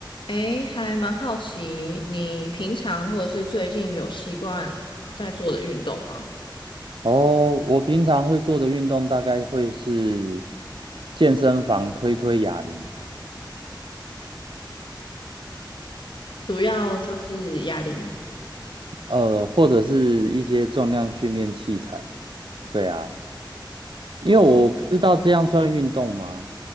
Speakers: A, on the left; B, on the right.
A: 诶，还蛮好奇，你平常或者是最近有习惯在做的运动吗？
B: 哦，我平常会做的运动大概会是健身房推推哑铃，
A: 主要就是哑铃。
B: 呃，或者是一些重量训练器材。对啊，因为我不知道这样算运动吗？
A: 哦，